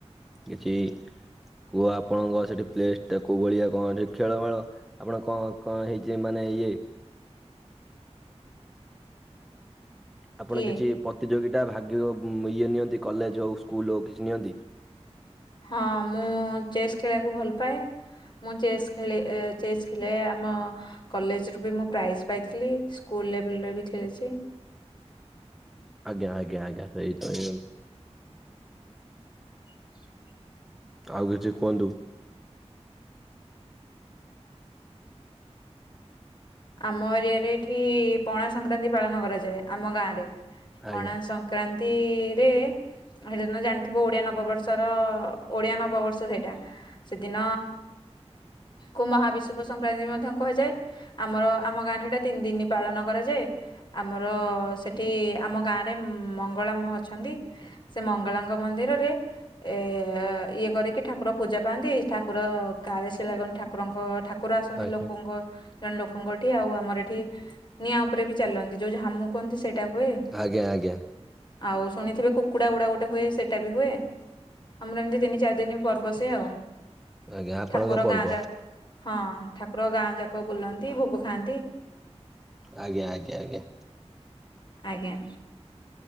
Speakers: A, in the centre; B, on the left.
A: କିଛି? କୁହ ଆପଣଙ୍କ ସେଠି ପ୍ଲେସ ଟା କୋଉ ଭଳିଆ କଣଅଛି ଖେଳମେଳ ଆପଣ କଣ କଣ ହେଇଛି, ମାନେ ଇଏ ଆପଣ
B: କିଏ?
A: କିଛି ପ୍ରତିଯୋଗିତା ଭାଗିଅ ଉଁ ଇଏ ନିଅନ୍ତି? କଲେଜ ହଉ, ସ୍କୁଲ ହଉ, କିଛି ନିଅନ୍ତି?
B: ହଁ, ମୁଁ ଚେସ୍ ଖେଳିବାକୁ ଭଲ ପାଏ। ମୁଁ ଚେସ୍ ଖେଳେ, ଏ ଚେସ୍ ଖେଳେ ଆମ କଲେଜରୁ ବି ମୁଁ ପ୍ରାଇଜ ପାଇଥିଲି। ସ୍କୁଲ ଲେବୁଲରେବି ଖେଳିଛି।
A: ଆଜ୍ଞା ଆଜ୍ଞା ଆଜ୍ଞା ସେଇ ତଇ
B: <inaudible>
A: ଆଉ କିଛି କୁହନ୍ତୁ।
B: ଆମ ଏରିଆରେ ଏଠି ପଣା ସଂକ୍ରାନ୍ତି ପାଳନ କରାଯାଏ। ଆମ ଗାଁରେ, ପଣା
A: ଆଜ୍ଞା
B: ସଂ କ୍ରାନ୍ତି ରେ, ଉଁ ହେଦିନ ଜାଣିଥିବ ଓଡିଆ ନବବର୍ଷର ଓଡିଆ ନବବର୍ଷ ସ ହେଟା। ସେଦିନ କୁ ମହାବିଶୁବ ସଂକ୍ରାନ୍ତି ମଧ୍ୟ କୁହାଯାଏ। ଆମର, ଆମ ଗାଁରେ ହେଟା ତିନି ଦିନ ପାଳନ କରାଯାଏ। ଆମର ସେଠି ଆମ ଗାଁରେ ମଙ୍ଗଳାମ ଅଛନ୍ତି। ସେ ମଙ୍ଗଳାଙ୍କ ମନ୍ଦିରରେ ଏ ଇଏ କରିକି ଠାକୁର ପୂଜା ପାଆନ୍ତି। ଠାକୁର କାଳେସି ଲାଗନ୍ତି ଠାକୁରଙ୍କ ଠା କୁର ଆସନ୍ତି
A: ଆଜ୍ଞା।
B: ଲୋକଙ୍କ ଜଣେ ଲୋକଙ୍କ ଏଠି, ଆଉ ଆମର ଏଠି ନିଆଁ ଉପରେବି ଚାଲନ୍ତି। ଯୋଉ ଝାମୁ କୁହନ୍ତି ସେ ଟା ହୁଏ।
A: ଆଜ୍ଞା ଆଜ୍ଞା
B: ଆଉ ଶୁଣିଥିବେ କୁକୁଡା ଗୁଡା ଗୋଟେ ହୁଏ, ସେଇଟା ବି ହୁଏ। ଆମର ଏମିତି ତିନି ଚାରି ଦିନି ପର୍ବ ସେ ଆଉ।
A: ଆଜ୍ଞା ଆପଣଙ୍କ
B: ଠାକୁର
A: ପର୍ବ
B: ଗାଁ ଯା, ହଁ ଠାକୁର ଗାଁ ଯାକ ବୁଲନ୍ତି, ଭୋଗ ଖାଆନ୍ତି।
A: ଆଜ୍ଞା, ଆଜ୍ଞା, ଆଜ୍ଞା।
B: ଆଜ୍ଞା।